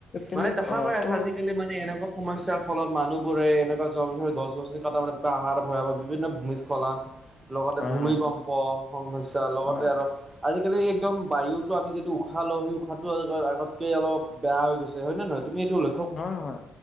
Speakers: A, on the left; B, on the right.
A: তেনে
B: মানে দেখা
A: অ
B: পাই আছা
A: ত
B: আজিকালি মান নে এনেকুৱা সমস্যাৰ ফলত মানুহবোৰে এনেকুৱা য', গছ-গছনি কাটা পৰা পাহাৰ ভৈয়ামত বিভিন্ন ভূমিস্খলন
A: <inaudible>
B: লগতে ভূমিকম্প
A: হয়
B: সমস্যা, লগতে
A: হয়
B: আৰু আজিকালি একদম বায়ুটো আমি যদি উশাহ লওঁ, সেই উশাহটো আগ, আগতকে অলপ বেয়া হৈ গৈছে। হয় নে নহয়? তুমি এইটো ল
A: হয়, হয়।